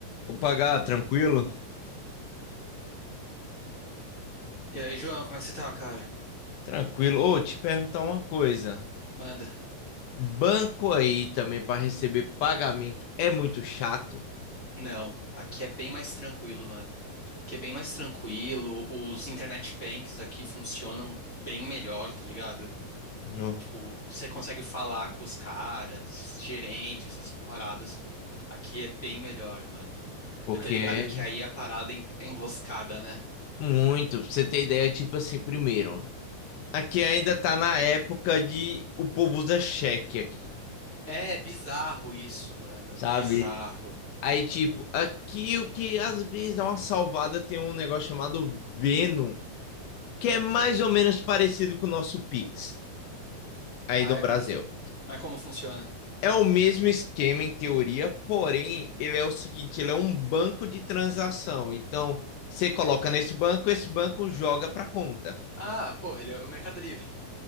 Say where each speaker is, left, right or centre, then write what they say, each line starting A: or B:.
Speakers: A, on the left (about 75°); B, on the left (about 35°).
A: Opa, Gá, tranquilo?
B: E aí, João, como é que você tá, cara?
A: Tranquilo. Ô, te perguntar uma coisa.
B: Manda.
A: Banco aí também para receber pagamento é muito chato,
B: Não, aqui é bem mais tranquilo, mano. Aqui é bem mais tranquilo, os internet banks aqui funcionam bem melhor, tá ligado?
A: não?
B: Tipo, você consegue falar com os caras, gerente, essas paradas. Aqui é bem melhor, mano.
A: Porque
B: Eu tô ligado
A: é
B: que aí a parada é en- é enroscada, né?
A: muito, pra você ter ideia, tipo assim, primeiro, aqui ainda tá na época de o povo usa cheque aqui,
B: É bizarro isso, mano.
A: sabe?
B: Bizarro.
A: Aí tipo, aqui o que às vezes dá uma salvada tem um negócio chamado Veno, que é mais ou menos parecido com o nosso Pix aí
B: Ah,
A: do
B: é
A: Brasil.
B: como, fu- mas como funciona?
A: É o mesmo esquema em teoria, porém, ele é o seguinte, ele é um banco de transação. Então, você coloca nesse banco, esse banco joga para a conta.
B: Ah, porra, ele é o Mercado Livre.